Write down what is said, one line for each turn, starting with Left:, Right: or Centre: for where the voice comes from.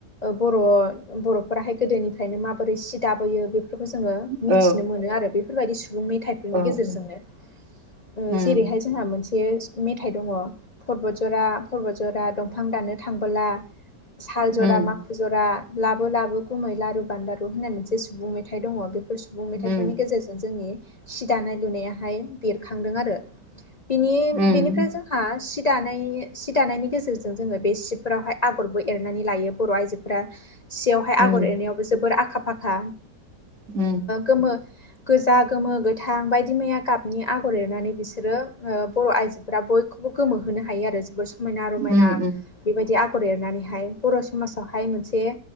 Left: बर'फोराहाय गोदोनिफ्रायनो माबोरै सि दाबोयो बे फोरखौ जोङो
Right: औ
Left: मिथिनो मोनो आरो बेफोरबायदि सुबुं मेथाइ बेनि
Right: औ
Left: गेजेरजोंनो
Right: उम उम
Left: जेरैहाय जोंहा मोनसे मेथाइ दङ परबतजरा परबतजरा दंफां दाननो थांबोला साल जरा
Right: उम
Left: माखु जरा लाबो लाबो गुमै लारु बान्दारु होननाय मोनसे सुबुं मेथाइ दङ बे सुबुं मेथाइफोरनि
Right: उम
Left: गेजेरजों जोंनि सि दानाय लुनायाहाय बेरखांदों आरो बिनि
Right: उम
Left: बेनिफ्राय जों हा सि दानाय सि दानायनि गेजेरजों जोङो बे सिफोरावहाय आगरबो एरनानै लायो बर' आइजो सियावहाय
Right: उम
Left: आगर एरनायावबो जोबोर आखा फाखा
Right: उम
Left: गोमो गोजा गोमो गोथां बायदि मैया गाबनि आगर एरनानै बिसोरो बर' आइजो फोरा बयखौबो गोमो होनो हायो आरो जोबोर सम समायना रमायना
Right: उम उम
Left: बेबायदि आगर एरनानैहाय बर' समाजावहाय मोनसे